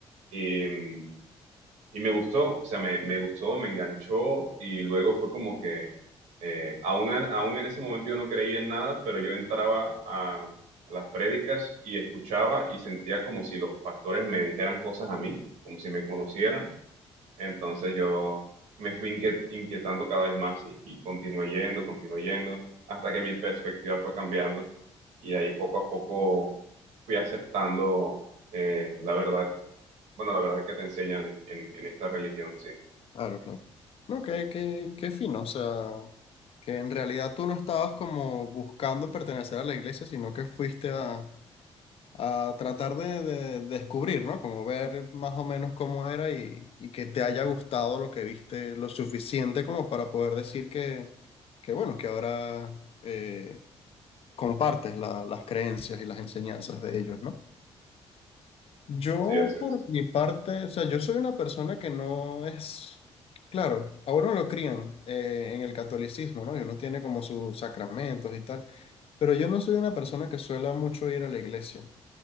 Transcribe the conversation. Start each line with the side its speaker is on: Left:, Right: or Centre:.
Right: y... mm, y me gustó, o sea, me, me gustó, me enganchó y luego fue como que, eh, aún, a- aún en ese momento yo no creía en nada, pero yo entraba a, a las prédicas y escuchaba y sentía como si los pastores me dijeran cosas a mí, como si me conocieran. Entonces yo me fui inque- inquietando cada vez más y, y continué yendo, continué yendo, hasta que mi perspectiva fue cambiando y ahí poco a poco fui aceptando eh, la verdad, bueno, la verdad que te enseñan en, en esta religión, sí,
Left: Claro, claro. No, qué, qué, qué fino, o sea, que en realidad tú no estabas como buscando pertenecer a la iglesia, sino que fuiste a, a tratar de, de descubrir, ¿no? Como ver más o menos cómo era y, y que te haya gustado lo que viste lo suficiente como para poder decir que, que bueno, que ahora... eh, compartes la- las creencias y las enseñanzas de ellos, ¿no? Yo,
Right: sí, así es.
Left: por mi parte, o sea, yo soy una persona que no es, claro, a uno lo crían eh, en el catolicismo, ¿no? Y uno tiene como sus sacramentos y tal, pero yo no soy una persona que suela mucho ir a la iglesia.